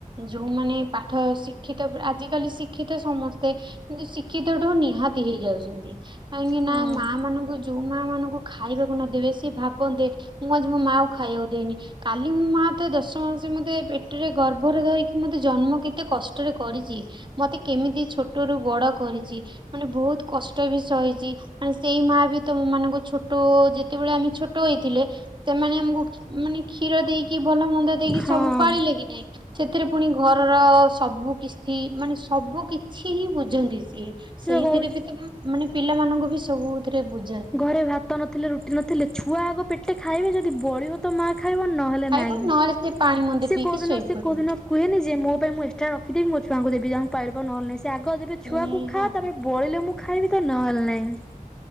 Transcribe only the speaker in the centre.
ହଁ
ହଁ
ସେ
ବା କହୁଛି
ଘରେ ଭାତ ନଥିଲେ ରୁଟି ନଥିଲେ ଛୁଆ ଆଗ ପେଟେ ଖାଇବେ ଯଦି ବଳିିବ ତ ମା ଖାଇବ ନହେଲେ
ନାଇଁ
ସେ
କୋଉଦିନ
ସେ
କୋଉଦିନ କୁହେନି ଯେ ମୋ ପାଇଁ ମୁଁ ଏକ୍ଟ୍ରା ରଖିଦବି ମୋ ଛୁଆଙ୍କୁ ଦେବି ତାଙ୍କୁ ପାଇରିବ ନହେଲେ ନାହିଁ ସେ ଆଗ ଦେବେ ଛୁଆକୁ
ଖା ତାପରେ ବଳିଲେ ମୁଁ ଖାଇବି ତ ନହେଲେ ନାହିଁ